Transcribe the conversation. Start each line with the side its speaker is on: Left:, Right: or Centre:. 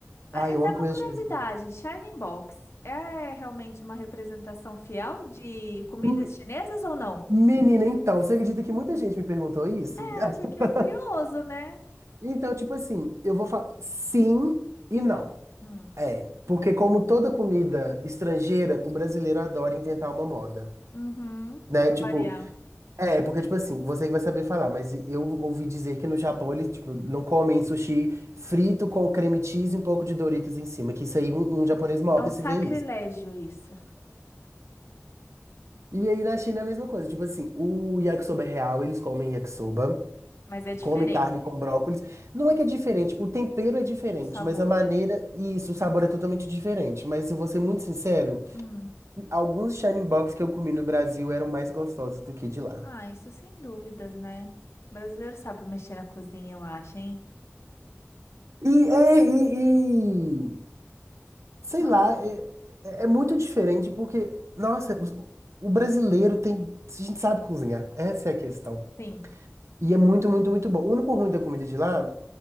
Left: Ah,
Right: Ah,
Left: É
Right: eu
Left: até
Right: amo
Left: uma
Right: comida
Left: curiosidade,
Right: chinesa também.
Left: Shining Box é realmente uma representação fiel de comidas
Right: Me-
Left: chinesas ou não?
Right: Menina, então, você acredita que muita gente me perguntou isso?
Left: É, porque
Right: <laughs>
Left: é curioso, né?
Right: Então, tipo assim, eu vou falar sim e
Left: E
Right: não.
Left: não. Hum.
Right: É, porque como toda comida estrangeira, o brasileiro adora inventar uma moda,
Left: Uhum.
Right: né?
Left: Pra
Right: Tipo,
Left: Variar.
Right: é, porque tipo assim, você que vai saber falar, mas eu ouvi dizer que no Japão eles, tipo, não comem sushi frito com creme cheese e um pouco de Doritos em cima, que isso aí um, um japonês morre
Left: É um sacrilégio
Right: se vê isso.
Left: isso,
Right: E aí na China é a mesma coisa, tipo assim, o yakisoba é real, eles comem yakisoba,
Left: mas é diferente
Right: comem carne com brócolis. Não é que é diferente, o tempero é diferente,
Left: o sabor,
Right: mas a maneira
Left: né?
Right: e isso, o sabor é totalmente diferente. Mas eu vou ser muito sincero,
Left: Hum.
Right: Alguns Shining Box que eu comi no Brasil eram mais gostosos do que de lá.
Left: Ah, isso sem dúvidas, né? O brasileiro sabe mexer na cozinha, eu acho, hein?
Right: E, é, e, e- sei
Left: Ma-
Right: lá, é, é é muito diferente porque, nossa, o, o brasileiro tem, a gente sabe cozinhar, essa é a questão.
Left: Sim.
Right: E é muito, muito, muito bom. O único ruim da comida de lá